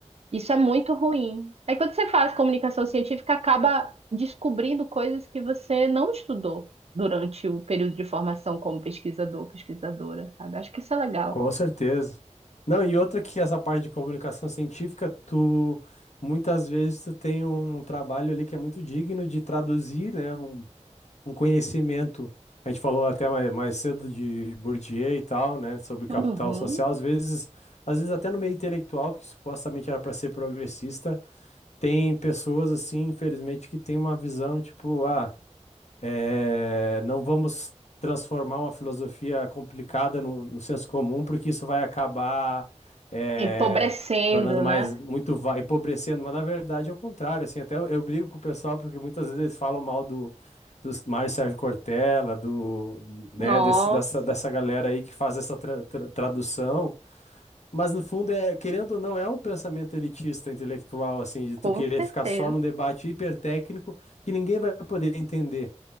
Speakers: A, on the right; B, on the left.
A: Isso é muito ruim. Aí quando você faz comunicação científica, acaba descobrindo coisas que você não estudou durante o período de formação como pesquisador, pesquisadora, sabe? Acho que isso é legal.
B: Com certeza. Não, e outra que essa parte de comunicação científica, tu muitas vezes tu tem um trabalho ali que é muito digno de traduzir, né, um- um conhecimento. A gente falou até mais, mais cedo de Bourdieu e tal, né, sobre capital
A: Uhum.
B: social. Às vezes, às vezes até no meio intelectual, que supostamente era para ser progressista, tem pessoas assim, infelizmente, que tem uma visão tipo, ah, é, não vamos transformar uma filosofia complicada no, no senso comum, porque isso vai acabar é,
A: Empobrecendo,
B: tornando mais
A: né?
B: muito va- empobrecendo, mas na verdade é o contrário. Assim, até eu, eu brigo com o pessoal porque muitas vezes eles falam mal do, do Mário Sérgio Cortella, do, né,
A: Nossa,
B: desse- dessa, dessa galera aí que faz essa tra- tra- tradução. Mas no fundo é, querendo ou não, é um pensamento elitista intelectual, assim, de
A: com
B: tu querer
A: certeza.
B: ficar só num debate hipertécnico que ninguém vai poder entender.